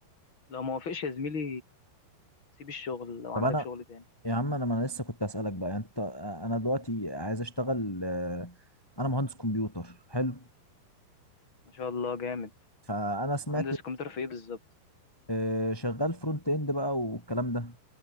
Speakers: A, on the left; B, in the centre.
A: لو ما وافقش يا زميلي سيب الشغل لو
B: طب
A: عندك
B: انا
A: شغل تاني
B: يا عم انا ما انا لسه كنت اسالك بقى يعني انت انا دلوقتي عايز اشتغل آه، انا مهندس كمبيوتر حلو
A: ما شاء الله جامد
B: فانا سمعت
A: مهندس كمبيوتر في ايه بالظبط
B: آه، شغال فرونت اند بقى والكلام ده